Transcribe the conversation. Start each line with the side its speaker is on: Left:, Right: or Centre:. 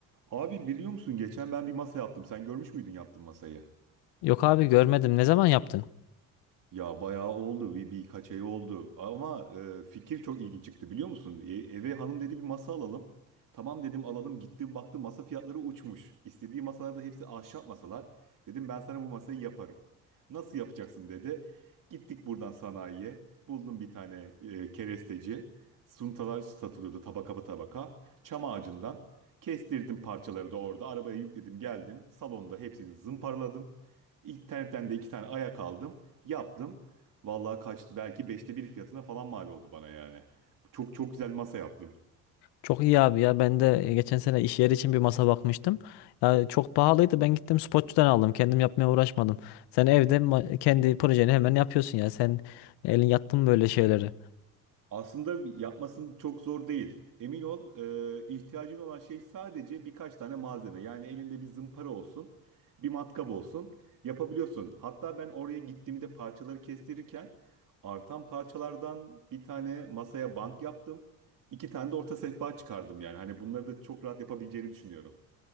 Right: Abi biliyor musun geçen ben bir masa yaptım. Sen görmüş müydün yaptığım masayı?
Left: Yok abi görmedim. Ne zaman yaptın?
Right: Ya bayağı oldu bir birkaç ay oldu ama e, fikir çok ilginç çıktı biliyor musun? E- eve hanım dedi bir masa alalım. Tamam dedim alalım gitti baktı masa fiyatları uçmuş. İstediği masalar da hepsi ahşap masalar. Dedim ben sana bu masayı yaparım. Nasıl yapacaksın dedi. Gittik buradan sanayiye buldum bir tane e, keresteci. Suntalar satılıyordu tabaka tabaka. Çam ağacından kestirdim parçaları da orada arabaya yükledim geldim. Salonda hepsini zımparaladım. İnternetten de iki tane ayak aldım. Yaptım. Vallahi kaç belki beşte bir fiyatına falan mal oldu bana yani. Çok çok güzel masa yaptım.
Left: Çok iyi abi ya. Ben de e, geçen sene iş yeri için bir masa bakmıştım. Ya çok pahalıydı. Ben gittim spotçudan aldım. Kendim yapmaya uğraşmadım. Sen evde ma- kendi projeni hemen yapıyorsun ya. Sen elin yattın mı böyle şeylere.
Right: Aslında yapmasın çok zor değil. Emin ol, e, ihtiyacın olan şey sadece birkaç tane malzeme. Yani elinde bir zımpara olsun, bir matkap olsun. Yapabiliyorsun. Hatta ben oraya gittiğimde parçaları kestirirken artan parçalardan bir tane masaya bank yaptım. İki tane de orta sehpa çıkardım yani. Hani bunları da çok rahat yapabileceğini düşünüyorum.